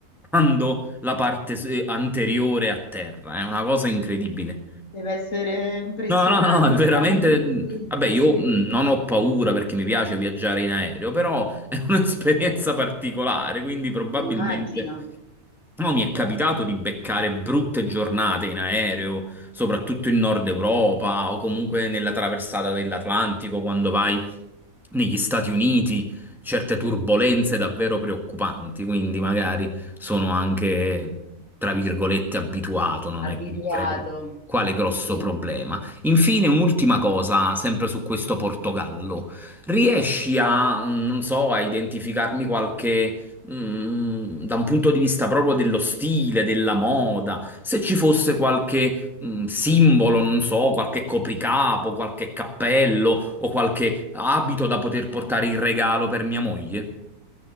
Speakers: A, in the centre; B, on the left.
A: quando la parte s- eh, anteriore atterra. È una cosa incredibile.
B: Deve essere impressionante,
A: No, no, no, è veramente.
B: me l'hanno descritto,
A: Vabbè, io
B: sì.
A: mh, non ho paura perché mi piace viaggiare in aereo, però è <laughs> un'esperienza particolare, quindi probabilmente
B: Immagino,
A: No, mi è capitato di beccare brutte giornate in aereo, soprattutto in Nord Europa o comunque nella traversata dell'Atlantico quando vai negli Stati Uniti, certe turbolenze davvero preoccupanti, quindi magari sono anche, tra virgolette, abituato, non
B: abituato.
A: è che mi crei quale grosso
B: Sì.
A: problema. Infine, un'ultima cosa, sempre su questo Portogallo. Riesci a, non so, a identificarmi qualche mm, da un punto di vista proprio dello stile, della moda, se ci fosse qualche mm, simbolo, non so, qualche copricapo, qualche cappello o qualche abito da poter portare
B: Eh.
A: in regalo per mia moglie.